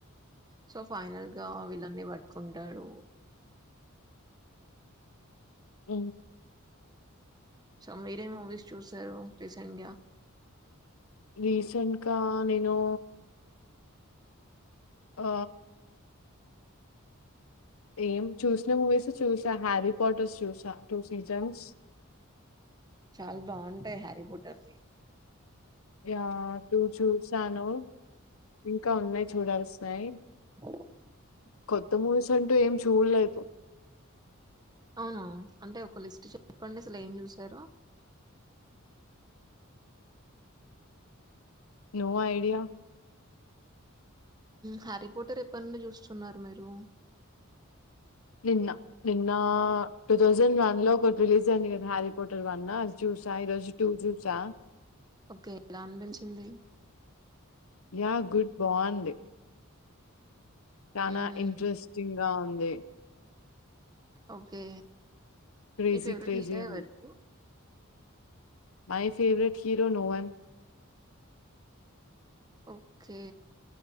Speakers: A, on the right (about 20°); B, on the left (about 75°).
A: సో ఫైనల్ గా వీళ్ళన్ని పట్టుకుంటాడు
B: అ
A: సో మీరే మూవీస్ చూశారు రీసెంట్గా
B: రీసెంట్ గా నేను ఆ ఏం చూసిన మూవీస్ చూసా హ్యారీ క్వాటర్స్ చూసా టూ సీజన్స్
A: చాలా బాగుంటాయి హరి బుట్ట సి
B: య టూ చూసాను ఇంకా ఉన్నాయి చూడాల్సన్నాయి
A: <inaudible>
B: కొత్త మూవీస్ అంటూ ఏం చూడలేదు
A: అవును అంటే ఒక లిస్ట్ చెప్పండి అసలు ఏం చూసారు
B: ను ఐడియా
A: హరిపోటర్ ఎప్పటి నుండి చూస్తున్నారు మీరు
B: నిన్న నిన్న టూ థౌసండ్ వన్ లో ఒక రిలీజ్ అ కదా హారీ పోటర్ అన్నా చూసా ఈరోజు టూ చూసా
A: ఓకే ఎలా అనిపించింది
B: యా గుడ్ బావుంది చాలా
A: మ్మ్,
B: ఇంట్రెస్టింగ్ గా ఉంది
A: ఓకే
B: క్రేజీ
A: మీ ఫవరెట్
B: క్రేజీ
A: హీరో
B: ఉంది
A: ఎవరు
B: my favourite hero no one
A: okay